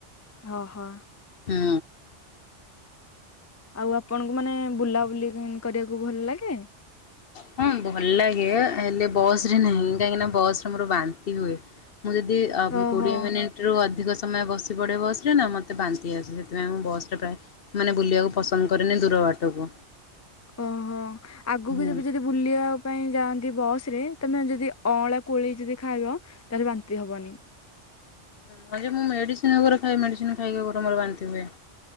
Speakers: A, on the left; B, on the left.
A: ଓହୋ।
B: ହୁଁ।
A: ଆଉ ଆପଣଙ୍କୁ ମାନେ ବୁଲାବୁଲି କରିବାକୁ ଭଲ ଲାଗେ?
B: ହଁ ଭଲ ଲାଗେ ହେଲେ ବସରେ ନାହିଁ କାହିଁକିନା ବସରେ ମୋର ବାନ୍ତି ହୁଏ। ମୁଁ ଯଦି
A: ଓହୋ
B: କୋଡ଼ିଏ ମିନିଟରୁ ଅଧିକ ସମୟ ବସି ପଡ଼େ ବସରେ ନା ମୋତେ ବାନ୍ତି ଆସିଯାଏ। ସେଥିପାଇଁ ମୁଁ ବସରେ ପ୍ରାୟ ମାନେ ବୁଲିବାକୁ ପସନ୍ଦ କରେନି ଦୂର ବାଟକୁ।
A: ଓହୋ ଆଗକୁ
B: ହୁଁ।
A: ଯିବି ଯଦି ବୁଲିବା ପାଇଁ ଯାଆନ୍ତି ବସରେ ତୁମେ ଯଦି ଅଁଳା କୋଳି ଯଦି ଖାଇବ ତାଲେ ବାନ୍ତି ହବନି।
B: ହଁ ଯେ ମୁଁ ମେଡିସିନ ଗୁରା ଖାଏ ମେଡିସିନ ଖାଇକି ମୋର ବାନ୍ତି ହୁଏ।